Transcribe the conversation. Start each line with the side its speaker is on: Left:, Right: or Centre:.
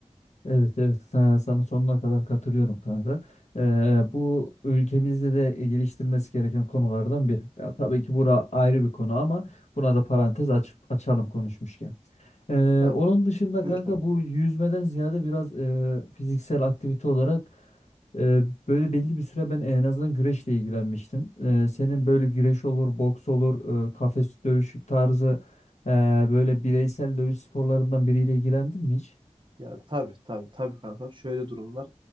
Left: Evet evet sana, sana sonuna kadar katılıyorum kanka. Ee, bu ülkemizde de geliştirmesi gereken konulardan biri. Ya, tabii ki bura ayrı bir konu ama buna da parantez aç, açalım konuşmuşken. Ee,
Right: Ben
Left: onun dışında
Right: buyur
Left: kanka
Right: kanka.
Left: bu yüzmeden ziyade biraz e, fiziksel aktivite olarak e, böyle belli bir süre ben en azından güreşle ilgilenmiştim. Ee, senin böyle güreş olur, boks olur, e, kafes dövüşü tarzı e, böyle bireysel dövüş sporlarından biriyle ilgilendin mi hiç?
Right: Ya tabii tabii tabii kanka. Şöyle durum var.